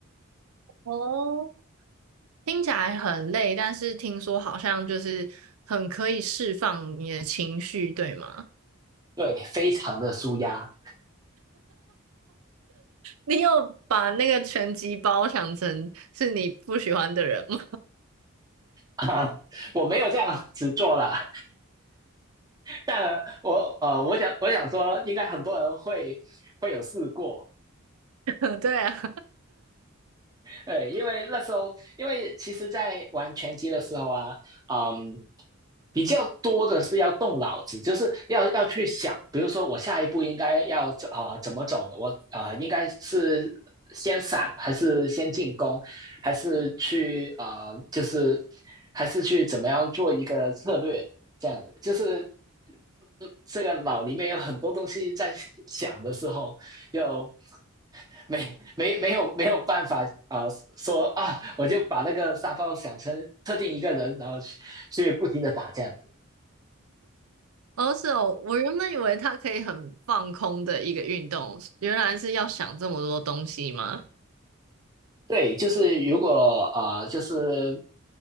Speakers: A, on the right; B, on the right.
A: 哦，听起来很累，但是听说好像就是很可以释放你的情绪，对吗？
B: 对，非常的舒压
A: 你有把那个拳击包想成是你不喜欢的人吗？
B: <laughs> 我没有这样子做了。但我呃，我想我想说，应该很多人会会有试过，
A: <laughs> 对啊，
B: 对，因为那时候，因为其实，在玩拳击的时候啊，嗯，比较多的是要动脑子，就是要要去想，比如说我下一步应该要啊怎么走，我啊应该是先闪还是先进攻，还是去啊就是还是去怎么样做一个策略，这样就是呃这个脑里面有很多东西在想的时候，就没没没有没有办法啊、呃说啊，我就把那个沙包想成特定一个人，然后去去不停的打这样子。
A: 哦是哦，我原本以为它可以很放空的一个运动，原来是要想这么多东西吗？
B: 对，就是如果啊、呃就是